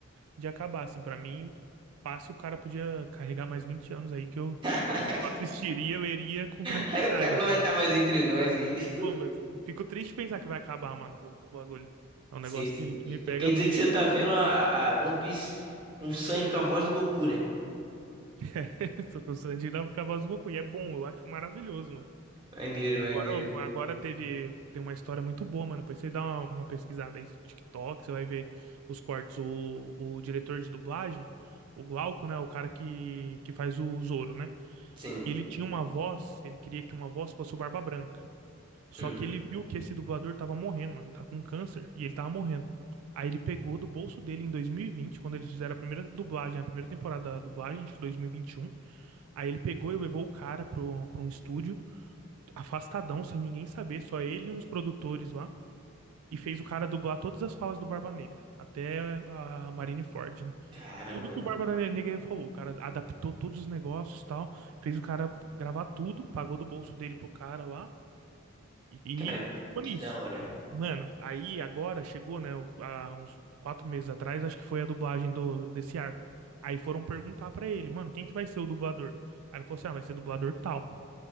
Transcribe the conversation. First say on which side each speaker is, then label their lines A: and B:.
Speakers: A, on the right; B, on the right.
A: de acabar, assim, pra mim, fácil o cara podia carregar mais 20 anos aí que eu
B: <laughs>
A: eu assistiria, eu iria com tranquilidade,
B: aí o cara não
A: assim,
B: vai
A: mano.
B: estar mais entre nós aí. <laughs>
A: Pô, mas eu fico triste pensar que vai acabar, mano, o, o bagulho. É um negócio
B: Sim, sim.
A: que, que me pega
B: Então quer
A: muito.
B: dizer que você
A: assim.
B: tá vendo a, a a One Piece com o Sanji com a voz do Goku, né?
A: <laughs> Tô gostando de dar o cavalo do Goku. E é bom, eu acho maravilhoso, mano.
B: Maneiro,
A: Agora,
B: maneiro.
A: agora teve, tem uma história muito boa, mano. Depois você dá uma, uma pesquisada aí no TikTok, você vai ver os cortes. O, o diretor de dublagem, o Glauco, né? O cara que, que faz o Zoro, né?
B: Sim.
A: Ele tinha uma voz, ele queria que uma voz fosse o Barba Branca. Só
B: Hum.
A: que ele viu que esse dublador tava morrendo, mano. Ele tá com câncer e ele tava morrendo. Aí ele pegou do bolso dele em 2020, quando eles fizeram a primeira dublagem, a primeira temporada da dublagem, acho que 2021. Aí ele pegou e levou o cara pro, pra um estúdio, afastadão, sem ninguém saber, só ele e uns produtores lá. E fez o cara dublar todas as falas do Barba Negra, até a Marine Ford, né?
B: Caramba.
A: tudo que o Bárbara Ne- Nogueira falou. O cara adaptou todos os negócios, tal, fez o cara gravar tudo, pagou do bolso dele pro cara lá e,
B: Cara,
A: e ficou
B: que
A: nisso.
B: da hora.
A: Mano, aí agora chegou, né, o- há uns quatro meses atrás, acho que foi a dublagem do desse arco. Aí foram perguntar pra ele, mano, quem que vai ser o dublador? Aí ele falou assim, ah, vai ser dublador tal.